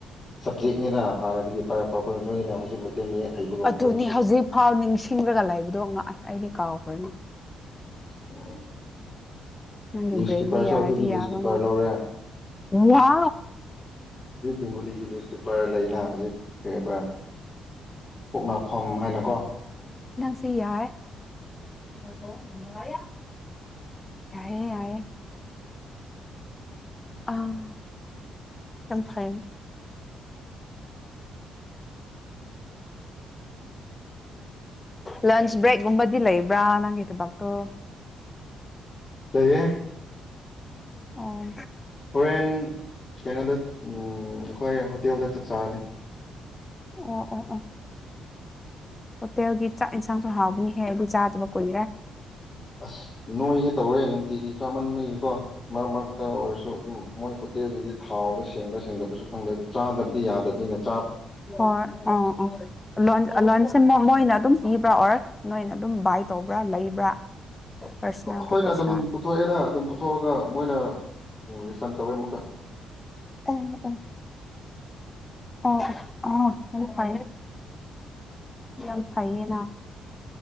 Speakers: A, on the left (about 35°); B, on the left (about 20°).
A: ꯁꯞꯖꯦꯛꯅꯤꯅ ꯍꯥꯟꯅꯗꯒꯤ ꯄꯥꯏꯔꯛꯄ ꯑꯩꯈꯣꯏ ꯅꯣꯏꯅ ꯍꯧꯖꯤꯛ ꯃꯩꯇꯩ ꯃꯌꯦꯛ ꯍꯩꯕꯒꯨꯝ ꯑꯩꯈꯣꯏꯅꯁꯨ
B: ꯑꯗꯨꯅꯤ ꯍꯧꯖꯤꯛꯐꯥꯎ
A: ꯑꯗꯨꯝ
B: ꯅꯤꯡꯁꯤꯡꯂꯒ ꯂꯩꯕꯗꯣ ꯉꯥꯛꯑꯦ ꯑꯩꯗꯤ ꯀꯥꯎ ꯐꯅꯤ
A: ꯎꯝ
B: ꯅꯪꯒꯤꯕꯦꯜꯂꯤ
A: ꯅ꯭ꯌꯨꯁꯄꯦꯄꯔꯁꯨ
B: ꯌꯥꯔ
A: ꯑꯗꯨꯒꯤ ꯅ꯭ꯌꯨꯁꯄꯦꯄꯔ
B: ꯌꯥꯕ ꯃꯥ
A: ꯂꯧꯔꯦ
B: ꯋꯥ
A: ꯦꯡꯒꯣꯂꯤꯒꯤ ꯄꯤꯄꯔ ꯂꯩꯅ ꯍꯧꯖꯤꯛ ꯀꯩꯔꯤꯕ꯭ꯔꯥ ꯄꯣꯛꯅꯐꯝ ꯍꯥꯏꯅꯀꯣ
B: ꯁꯤ ꯌꯥꯏꯦ ꯌꯥꯑꯦ ꯌꯥꯏꯑꯩ ꯑꯥ ꯌꯥꯝ ꯐꯩ꯫ ꯂꯟꯆ ꯕ꯭ꯔꯦꯛꯀꯨꯝꯕꯗꯤ ꯂꯩꯕ꯭ꯔꯥ ꯅꯪꯒꯤ ꯊꯕꯛꯇꯣ
A: ꯀꯏꯌꯦ
B: ꯑꯣ
A: ꯍꯣꯔꯦꯟ ꯀꯩꯅꯣꯗ ꯑꯩꯈꯣꯏ ꯍꯣꯇꯦꯜꯗ ꯆꯞ ꯆꯥꯅꯤ
B: ꯑꯣ ꯑꯣ ꯑꯣ ꯍꯣꯇꯦꯜꯒꯤ ꯆꯥꯛ ꯌꯦꯟꯁꯥꯡꯁꯨ ꯍꯥꯎꯕꯅꯤꯍꯦ ꯑꯗꯨ ꯆꯥꯗꯕ ꯀꯨꯏꯔꯦ
A: ꯑꯁ ꯅꯣꯏꯒ ꯇꯧꯔꯦ ꯅꯨꯡꯇꯤꯒꯤ ꯆꯃꯟ ꯑꯃꯒꯤꯩꯒꯤꯀꯣ ꯃꯔꯛ ꯃꯔꯛꯇ ꯑꯣꯏꯔꯁꯨ ꯗꯨꯝ ꯃꯣꯏ ꯍꯣꯇꯦꯜꯒꯤꯗꯤ ꯊꯥꯎꯗꯣ ꯁꯦꯡꯕ꯭ꯔꯥ ꯁꯦꯡꯗꯕꯁꯨ ꯈꯪꯗꯦ ꯑꯗꯨ ꯆꯥꯗꯕꯗꯤ ꯌꯥꯗꯕꯅꯤꯅꯠꯇ
B: ꯍ ꯑ ꯂ ꯂꯟ ꯁꯤ ꯃꯣꯏꯅ ꯑꯗꯨꯝ ꯄꯤꯕ꯭ꯔꯥ ꯑꯣꯔ ꯅꯣꯏꯅ ꯑꯗꯨꯝ ꯕꯥꯏ ꯇꯧꯕ꯭ꯔꯥ ꯂꯩꯕ꯭ꯔꯥ ꯄꯔꯁꯣꯅꯦꯜꯒꯤ
A: ꯑꯩꯈꯣꯏꯅ
B: ꯄꯩꯁꯥ
A: ꯑꯗꯨꯝ ꯄꯨꯊꯣꯛꯑꯦꯗ ꯑꯗꯨꯝ ꯄꯨꯊꯣꯛꯑꯒ ꯃꯣꯏꯅ ꯐꯟ ꯇꯧꯋꯦ ꯑꯃꯨꯀ
B: ꯑꯣ ꯑꯣ ꯑꯣ ꯑ ꯌꯥꯝ ꯐꯩꯌꯦꯅ